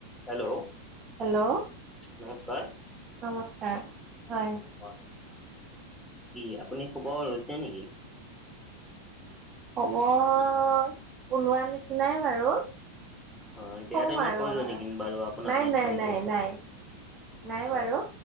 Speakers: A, in the centre; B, on the right (about 25°).
A: Hello,
B: hello
A: নমস্কাৰ
B: নমস্কাৰ হয়।
A: হয় কি আপুনি খোব লৈছে নেকি।
B: হব পনোৱা নিচিনাই বাৰু
A: হয় বেয়া
B: ক'ম
A: টাইমত
B: আৰু
A: পৰিল
B: আৰু
A: নেকি, বাৰু আপোনাক
B: নাই
A: মই
B: নাই
A: ফোনটো।
B: নাই নাই নাই
A: হয়
B: বাৰু